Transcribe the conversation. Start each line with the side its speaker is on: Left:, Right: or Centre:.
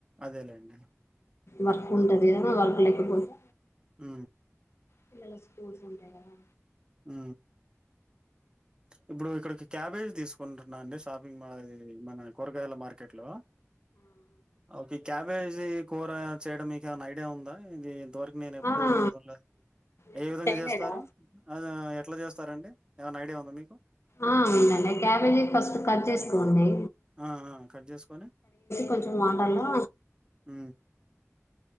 Right: అదేలేండి
Left: వర్క్ ఉంటది కదా వర్క్ లేకపోతే
Right: ఉ
Left: పిల్లలకి స్కూల్స్ ఉంటాయి కదా
Right: ఉ ఇప్పుడు ఇక్కడికి క్యాబేజ్ తీసుకుంటున్నా అండి షాపింగ్ మా ఇది మన కూరగాయల మార్కెట్లో ఒకే క్యా బేజి కూర చేయడం మీకేమైనా ఐడియా ఉందా ఇది ఇంతవరకు నేను ఎప్పుడు
Left: ఆ ఆ
Right: దొర్లే
Left: ఎప్పుడు
Right: ఏ విధంగా
Left: చేయలేదా
Right: చేస్తారు ఆ ఎట్లా చేస్తారండి ఏమైనా ఐడియా ఉందా మీకు
Left: ఆ ఉందండి క్యాబేజీ ఫస్ట్ కట్ చేసి కోండి
Right: ఆ ఆ కట్ చేసుకొని
Left: కొంచెం వాటర్లో
Right: ఉ